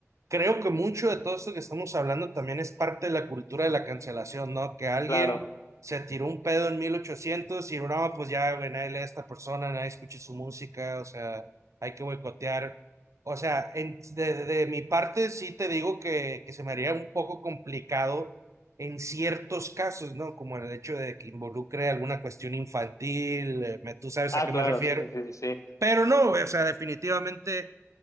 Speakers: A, on the right; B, on the left.
A: creo que mucho de todo esto que estamos hablando también es parte de la cultura de la cancelación, ¿no? Que alguien
B: Claro.
A: se tiró un pedo en 1800 y no, pues ya, güey, nadie lee a esta persona, nadie escucha su música, o sea, hay que boicotear. O sea, en- de, de mi parte sí te digo que, que se me haría un poco complicado en ciertos casos, ¿no? Como el hecho de que involucre alguna cuestión infantil, eh, me- tú sabes
B: Ah,
A: a qué
B: claro,
A: me refiero.
B: sí, sí, sí, sí, sí,
A: Pero no, o sea, definitivamente